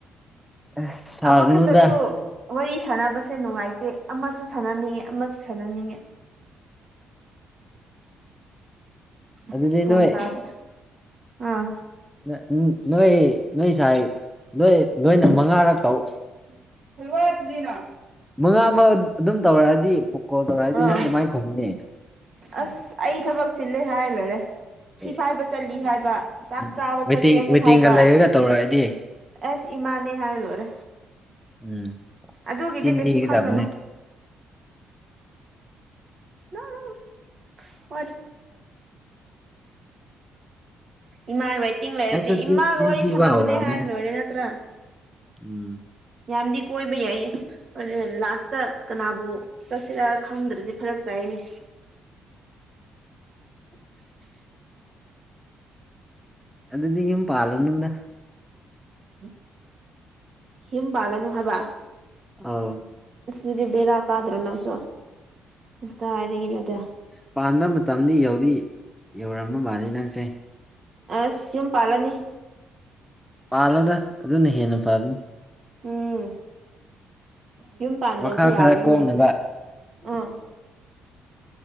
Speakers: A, in the centre; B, on the right.
A: ꯑꯁ ꯁꯥꯔꯨꯅꯨꯗ
B: ꯑꯃꯈꯛꯇꯁꯨ꯫ ꯋꯥꯔꯤ ꯁꯥꯟꯅꯕꯁꯦ ꯅꯨꯡꯉꯥꯏꯇꯦ ꯑꯃꯁꯨ ꯁꯥꯟꯅꯅꯤꯡꯉꯦ ꯑꯃꯁꯨ ꯁꯥꯟꯅꯅꯤꯡꯉꯦ꯫ ꯑꯁ
A: ꯑꯗꯨꯗꯤ
B: ꯒꯌꯥꯟ
A: ꯅꯣꯏ
B: ꯇꯥꯗꯦ ꯑꯥ꯫
A: ꯅ ꯅꯣꯏ ꯅꯣꯏ ꯁꯥꯏ ꯅꯣꯏ ꯂꯣꯏꯅ ꯃꯉꯥꯔꯛ ꯇꯧ
B: <unintelligible>
A: ꯃꯉꯥꯃꯛ ꯑꯗꯨꯝ ꯇꯧꯔꯛꯑꯗꯤ ꯀꯣꯜ ꯇꯧꯔꯛꯑꯗꯤ
B: ꯑꯥ
A: ꯅꯪ ꯀꯃꯥꯏꯅ ꯈꯨꯝꯒꯅꯤ꯫
B: ꯑꯁ ꯑꯩ ꯊꯕꯛ ꯆꯤꯜꯂꯦ ꯍꯥꯏ ꯂꯣꯏꯔꯦ꯫ ꯊꯤ
A: ꯑꯦ
B: ꯐꯥꯏꯕ ꯆꯠꯂꯤ ꯍꯥꯏꯕ ꯆꯥꯛ
A: ꯎꯝ
B: ꯆꯥꯕ
A: ꯋꯦꯇꯤꯡ
B: ꯆꯠꯀꯦ ꯑꯃꯨꯛ
A: ꯋꯦꯇꯤꯡꯒ
B: ꯍꯥꯏꯕ꯫
A: ꯂꯩꯔꯒ ꯇꯧꯔꯛꯑꯗꯤ
B: ꯑꯁ ꯏꯃꯥꯅꯦ ꯍꯥꯏꯔ ꯂꯣꯏꯔꯦ꯫
A: ꯎꯝ꯫
B: ꯑꯗꯨꯒꯤꯗꯤ
A: ꯆꯤꯟ
B: ꯀꯩꯁꯨ
A: ꯊꯤꯒꯗꯕꯅꯦ
B: ꯈꯟꯒꯅꯨ꯫ <unintelligible> ꯋꯥꯠ ꯏꯃꯥ ꯋꯦꯇꯤꯡ ꯂꯩꯔꯗꯤ
A: ꯑꯩꯁꯨ
B: ꯏꯃꯥꯒ
A: ꯆꯤꯟ
B: ꯋꯥꯔꯤ
A: ꯊꯤꯕ
B: ꯁꯥꯟꯅꯕꯅꯦ
A: ꯍꯧꯔꯕꯅꯦ
B: ꯍꯥꯏꯔ ꯂꯣꯏꯔꯦ ꯅꯠ ꯇ꯭ꯔꯥ꯫
A: ꯎꯝ꯫
B: ꯌꯥꯝꯗꯤ ꯀꯣꯏꯕ ꯌꯥꯏꯌꯦ꯫ ꯍꯣꯔꯦꯟ ꯂꯥꯁꯇ ꯀꯅꯥꯕꯨ ꯆꯠꯁꯤꯔ ꯈꯪꯗ꯭ꯔꯗꯤ ꯐꯔꯛ ꯇꯥꯏꯌꯦꯅꯦ꯫ <inaudible>
A: ꯑꯗꯨꯗꯗꯤ ꯌꯨꯝ ꯄꯥꯜꯂꯨꯅꯨꯗ꯫
B: ꯍꯝ ꯌꯨꯝ ꯄꯥꯜꯂꯅꯣ ꯍꯥꯏꯕ꯫
A: ꯑꯧ꯫
B: ꯑꯁ ꯑꯗꯨꯗꯤ ꯕꯦꯔꯥ ꯀꯗ꯭ꯔꯣ ꯅꯪꯁꯨ ꯀꯗꯥꯏꯗꯒꯤꯅꯣꯗꯥ꯫
A: ꯑꯁ ꯄꯥꯟꯕ ꯃꯇꯝꯗꯤ ꯌꯧꯗꯤ ꯌꯧꯔꯝꯕ ꯃꯥꯜꯂꯦ ꯅꯪꯁꯦ꯫
B: ꯑꯁ ꯌꯨꯝ ꯄꯥꯜꯂꯅꯤ꯫
A: ꯄꯥꯜꯂꯣꯗ ꯑꯗꯨꯅ ꯍꯦꯟꯅ ꯐꯕꯅꯤ꯫
B: ꯎꯝ ꯌꯨꯝ ꯄꯥꯟꯗꯗꯤ
A: ꯋꯥꯈꯜ
B: ꯌꯥꯔꯣꯏꯅꯦ
A: ꯈꯔ ꯀꯣꯝꯅꯕ
B: ꯎꯝ꯫